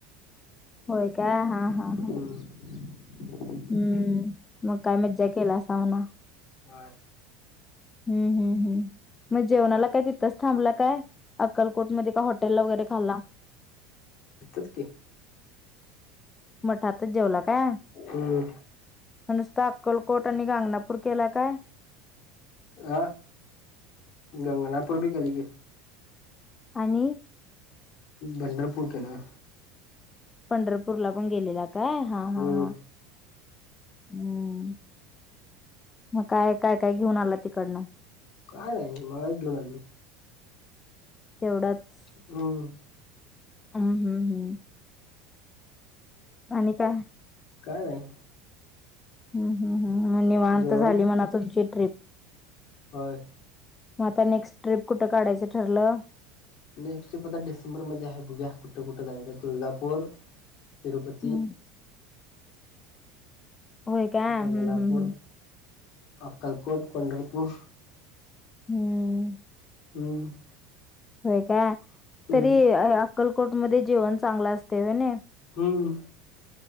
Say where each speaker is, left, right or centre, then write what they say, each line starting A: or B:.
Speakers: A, on the left (about 20°); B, on the left (about 50°).
A: होय काय? हा हा
B: हम्म
A: हा.
B: <inaudible>
A: हम्म मग काय मज्जा केलासा म्हणा.
B: बर.
A: हम्म हम्म हम् मग जेवणाला काय तिथंच थांबला काय? अक्कलकोटमध्ये काय हॉटेलला वगैरे खाल्ला.
B: तिथंच
A: <inaudible>
B: की
A: मठातच जेवला काय? <inaudible>
B: हम्म
A: काय नुसता अक्कलकोट आणि गाणगापूर केलाय काय?
B: अ गंगणापूर बी केलय की.
A: आणि
B: पंढरपूर केलं.
A: पंढरपूरला पण गेलेला काय? हा
B: हम्म
A: हा. हम्म <inaudible> म काय, काय काय घेऊन आलं तिकडनं?
B: काय नाही माळच घेऊन आली.
A: तेवढंच.
B: हम्म
A: हम्म, हम्म, हम्म. आणि काय?
B: काय नाही.
A: हम्म, हम्. म निवांत
B: जेवण
A: झाली म्हणा तुमची ट्रीप.
B: होय.
A: मग आता नेक्स्ट ट्रिप कुठं काढायचं ठरलं?
B: नेक्स्ट पता डिसेंबर मध्ये आहे. बघूया कुठं-कुठं जायच. तुळजापूर तिरूपती
A: हम्म होय काय?
B: गंगनापूर
A: हम्म, हम्म, हम्म.
B: अक्कलकोट, पंढरपूर.
A: हम्म.
B: हम्म.
A: होय काय?
B: हम्म
A: तरी अ अक्कलकोटमध्ये जेवण चांगलं असतंय व्हय नि?
B: हम्.